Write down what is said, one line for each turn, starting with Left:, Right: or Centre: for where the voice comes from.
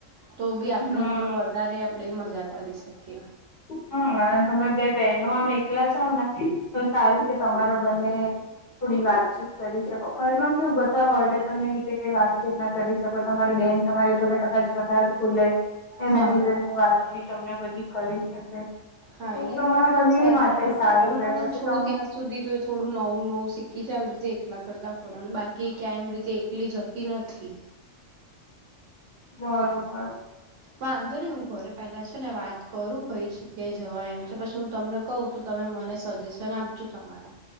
Right: તો બી
Left: હમ
Right: આપને થોડું વધારે આપડે મજા કરી શકીએ.
Left: હા અને તમે બે બેનો આમ એકલા જાઓ ને તો સારું કે તમારા બંને થોડી વાતચીત કરી શકો ઘરમાં કેવું બધા હોય એટે તમે એવી રીતે કઈ વાતચીત ના કરી શકો તમારી
Right: હમ
Left: બેન તમારી જોડે કદાચ વધારે ખુલે એના
Right: હા
Left: જીવનની વાતો બી તમને બધી કરી. શકે.
Right: હા
Left: તો
Right: એ
Left: તમારા
Right: વાત તમે
Left: બંને
Right: સાચી
Left: માટે
Right: કીધી
Left: સારું
Right: અને
Left: રે
Right: હું
Left: પછી
Right: છું
Left: તમે
Right: ત્યાં સુધી તો થોડું નવું નવું શીખી જાવ જે એકલા કરતા ફરવાને બાકી ક્યાં એવી રીતે એકલી જ ત તિનથી.
Left: બરોબર.
Right: વાંધો નઈ હું ઘરે પેલા છે ને વાત કરું કઈ જગ્યાએ જવાય એમ છે પછી હું તમને. કઉ તું તમે મને સજેશન આપજો તમારા.